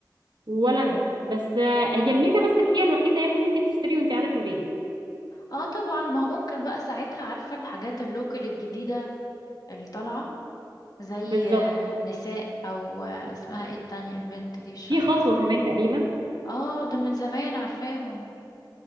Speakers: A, on the right; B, on the left.
A: ولا انا بس آه، هي الميزه بس اللي فيها الوحيده يعني ان انت بتشتري وانت قاعده في البيت
B: اه طبعا ما هو ممكن بقى ساعتها عارفة الحاجات اللوكل الجديدة اللي طالعة زي
A: بالظبط
B: آه، نساء او آه، اسمها ايه التانية البنت دي مش فاكرة
A: في خطوه
B: اسمها.
A: كمان تقريبا
B: اه دول من زمان عارفاهم